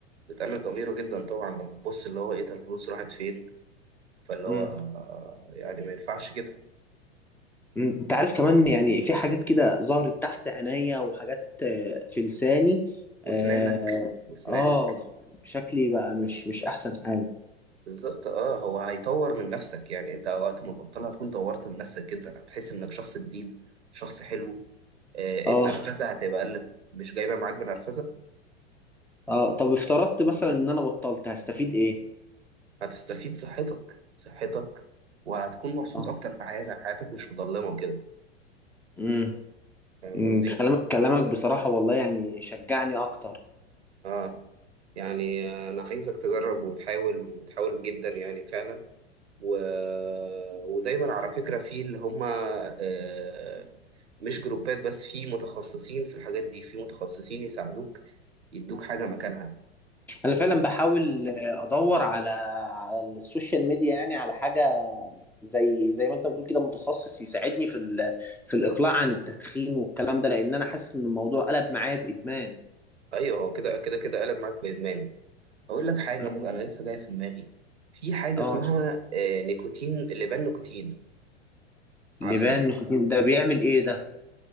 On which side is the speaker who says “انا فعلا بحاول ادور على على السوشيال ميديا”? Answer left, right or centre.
Centre